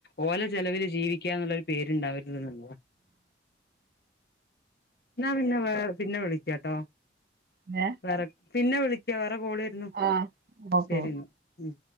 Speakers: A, on the left; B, on the right.
A: ഓല ചെലവില് ജീവിക്കാ എന്നുള്ളരു പേരുണ്ടാവരുതെന്നറഞ്ഞു എന്നാ പിന്നെ പിന്നെ വിളി. കേട്ടോ
B: ഏ
A: വേറെ പിന്നെ വിളിക്കാ വേറെ കോളെര്ന്നു
B: ആഹ് ഓക്കെ
A: ശരി ന്നാ ഉം.